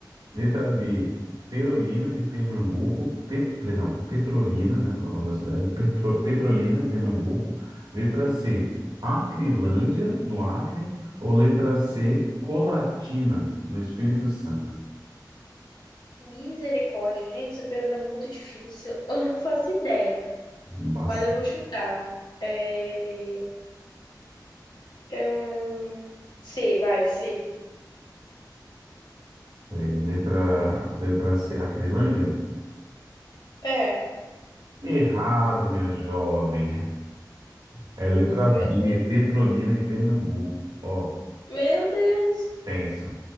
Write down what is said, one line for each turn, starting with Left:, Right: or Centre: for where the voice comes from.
Right: Letra B, Perolina de Pernambuco. Pet- perdão, Petrolina, né? O nome da cidade. Petro- Petrolina de Pernambuco. Letra C, Acrilândia, no Acre. Ou letra C, Colatina, no Espírito Santo.
Left: Misericórdia, gente, essa pergunta é muito difícil. Eu não faço ideia,
Right: Embaça.
Left: mas eu vou chutar. É... Hum, sim, vai, sim.
Right: É, Letra, letra C, Acrilândia?
Left: É,
Right: Errado, minha jovem. É letra B,
Left: meu Deus,
Right: Petrolina em Pernambuco. Ó,
Left: meu Deus.
Right: tenso.